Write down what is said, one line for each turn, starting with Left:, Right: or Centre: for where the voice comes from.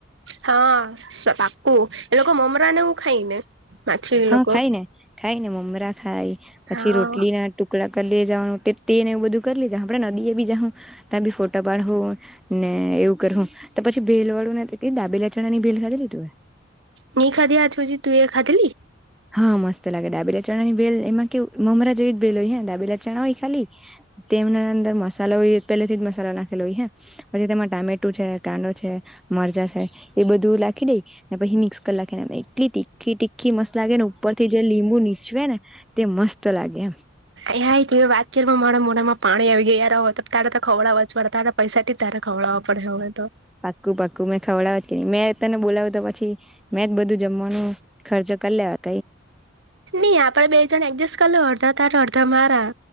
Right: હા પાકુ એ લોકો મમરાને એું ખાય ને માછલી
Centre: હા
Right: લોકો
Centre: ખાય ને ખાય ને મમરા ખાય પછી
Right: હા
Centre: રોટલી ના ટુકડા લે જવાનું તે ને એવું બધું કરી લે જા આપડે નદી એ બી જાાવ ત્યાં બી ફોટા પાડ ને એવું કરવું તો પછી ભલ વાળું ને દાબેલા ચણા ની ભેલ ખાલી લીધું હોય
Right: નિ ખાધી હજ પછી તું એ ખાધ લલી
Centre: હા મસ્ત લાગે ડાબેલા ચણા ની બેલ એમાં કે મમરા જેવી જ બેલ હોય હ ડાબેલા ચણા હોય ખાલી તેમના અંદર મસાલો હોય પહેલે થી જ મસાલો નાખેલો હોય હ પછી તેમાં ટામેટો છે કાંંદો છે મરજા સા એ બધું લખી દઈ ને પછી મિક્સ કરી લખીને એટલી તીખી તીખી મસ્ત લાગે ને ઉપર થી જે લીંબુ નીચવે ને તે મસ્ત લાગે એમ
Right: હ ત વાત કર મારા મોઢમાં પાણી આવી ગયા હોય તો તારા તો ખવડા વચવાડ તારા પૈસા થી ખવળડા પડે હ હોય તો
Centre: પાક્કું પાક્કુ મેં ખવડાવ કે ન મેં તને બોલાવ્યું તો પછી મેં જ બધું જમવાનું ખર્ચો કર લ્યા
Right: નહી આપડે બે જણ એડજસ્ટ કર અડધો તારે અડધા તમારા